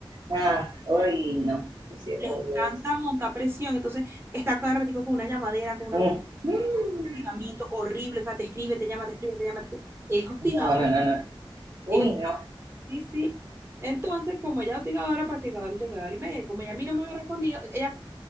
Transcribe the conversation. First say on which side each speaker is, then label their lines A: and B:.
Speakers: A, on the right; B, on the right.
A: Ah, uy, no. Dice,
B: Les
A: oh,
B: encanta
A: Dios.
B: montar presión, entonces está cada ratico con una llamadera, con una
A: Mm.
B: vaina
A: mm.
B: de hostigamiento horrible, o sea, te escribe, te llama, te escribe, te llama, te escribe. Es hostigador
A: No, no, no, no. Uy,
B: es,
A: no.
B: sí, sí. Entonces, como ella es hostigadora, hostigadora, hostigadora y media, como ella a mí no me había respondido, ella,